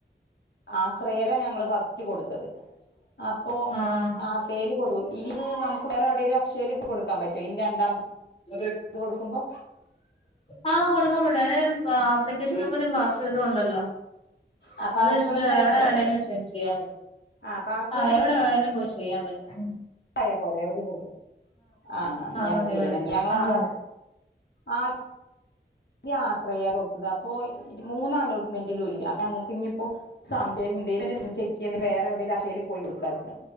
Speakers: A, on the left; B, on the left.
A: ആശ്രയല ഞങ്ങള് ഫസ്റ്റ് കൊടുത്തത് അപ്പൊ
B: ആഹ്
A: ആ ഏൽ കൊടു ഇനി ഇത് നമക്ക് വേറെ എവിടേലും അക്ഷേൽ ഇപ്പൊ കൊടുക്കാൻ പറ്റോ ഇനി രണ്ടാമത്
B: <unintelligible>
A: കൊടുക്കുമ്പോ
B: ആഹ് കൊടുക്കാൻ പറ്റു അയിന് ആപ്ലിക്കേഷൻ നമ്പരും പാസ്സ്‌വേർഡും ഒണ്ടല്ലോ
A: ആ
B: അത്
A: പാസ്വേഡ്
B: വെച്ചട്ട്
A: ഉണ്ടായാ
B: എവട
A: പോരെ
B: വേണേലും ചെ ചെയ്യാൻ പ
A: ആ പാസ്വേഡ്
B: ആഹ് എവട വേണേലും പോയി ചെയ്യാൻ പറ്റും ഉം
A: ആയാ പോരെ എവിടി കൊടുക്ക ആഹ് ഇഞ്ഞി
B: മതി
A: ചെയ്യണം
B: മതി
A: ഞങ്ങളാദ്യ
B: അത് മതി
A: ആ ദ്യ ആശ്രയ കൊടുത്തത് അപ്പൊ മൂന്ന് അലോട്ട്മെന്റിലും ഇല്ല അപ്പൊ അങ്ങക്ക് ഇഞ്ഞി ഇപ്പോ സംശയം ഇഞ്ഞി ഇതീലനെ ചെക്ക് ചെയ്യണെങ്കി വേറെ എവിടേലും അക്ഷയിൽ പോയി കൊടുക്കാച്ട്ടാ